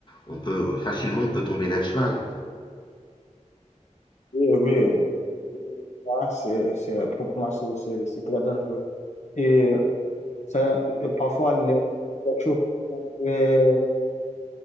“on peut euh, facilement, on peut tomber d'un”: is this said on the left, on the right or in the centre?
Left